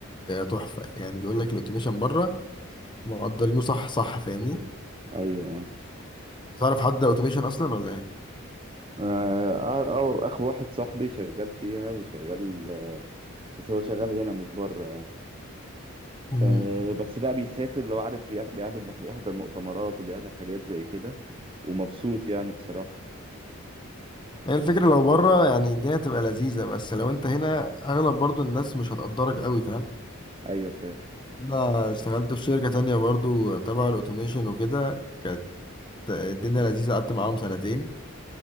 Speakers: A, on the left; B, on the right.
A: تحفه يعني بيقول لك الاوتوميشن بره مقدرينه صح صح فاهمني
B: ايوه آه.
A: تعرف حد اوتوميشن اصلا ولا ايه
B: آه، أو أخ واحد صاحبي شغال فيها وشغال بس هو شغال هنا مش بره يعني
A: امم
B: آه، بس بقى بيسافر لو عارف ياخ- بيعمل مح- بيحضر مؤتمرات وبيعمل حاجات زي كده ومبسوط يعني بصراحة
A: هي الفكره لو بره يعني الدنيا تبقى لذيذه بس لو انت هنا اغلب برضو الناس مش هتقدرك قوي فاهم
B: أيوة فاهم
A: انا اشتغلت في شركه تانية برضو تبع الاوتوميشن وكده كانت الدنيا لذيذه قعدت معاهم سنتين